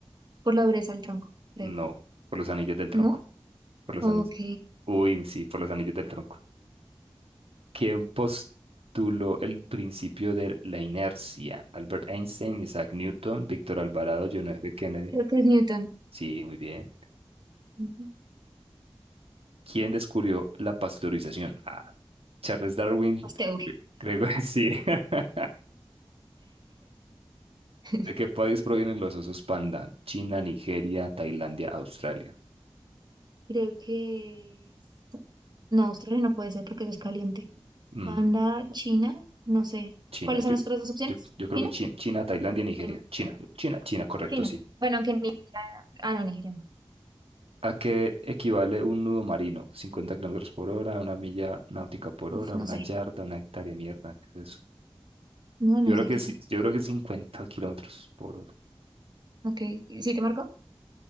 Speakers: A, on the right; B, on the right.
A: Por la dureza del tronco, creo.
B: No, por los anillos del tronco.
A: ¿No?
B: Por los
A: Ok.
B: anillos. Uy, sí, por los anillos del tronco. ¿Quién postuló el principio de la inercia? Albert Einstein, Isaac Newton, Víctor Alvarado, John F. Kennedy.
A: Creo que es Newton.
B: Sí, muy bien.
A: Ujú.
B: ¿Quién descubrió la pasteurización? Ah, Charles Darwin.
A: Pasteur.
B: Creo que sí. <laughs>
A: <laughs>
B: ¿De qué país provienen los osos panda? China, Nigeria, Tailandia, Australia.
A: Creo que es... No, Australia no puede ser porque eso es caliente.
B: Mm,
A: Panda, China, no sé.
B: China,
A: ¿Cuáles son
B: yo,
A: las otras dos opciones?
B: yo, yo creo
A: ¿China?
B: que China, China, Tailandia, Nigeria.
A: Bueno,
B: China, China, China, correcto,
A: China.
B: sí.
A: Bueno, aunque Nigeria... Ah, no, Nigeria no.
B: ¿A qué equivale un nudo marino? 50 kilómetros por hora, una milla náutica por hora,
A: Uf,
B: una
A: no sé.
B: yarda, una hectárea, mierda. ¿qué es eso?
A: No, no
B: Yo creo
A: sé
B: que
A: qué
B: sí,
A: es eso.
B: yo creo que 50 kilómetros por hora.
A: Ok, ¿sí te marcó?